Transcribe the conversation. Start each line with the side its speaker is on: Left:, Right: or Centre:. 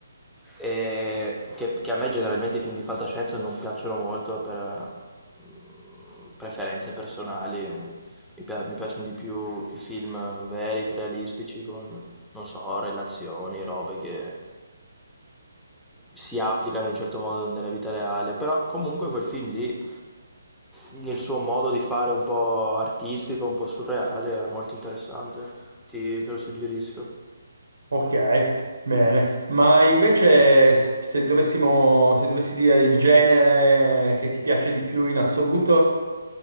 Centre: E che, che a me generalmente i film di fantascienza non piacciono molto per mm, preferenze personali. Mi, pia- mi piacciono di più i film veri, realistici, con, non so, relazioni, robe che si applicano in un certo modo nella vita reale. Però comunque quel film lì il suo modo di fare un po' artistico, un po' surreale, era molto interessante. Ti, te lo suggerisco.
Right: Ok, bene. Ma invece s- se dovessimo, se dovessi dire il genere che ti piace di più in assoluto,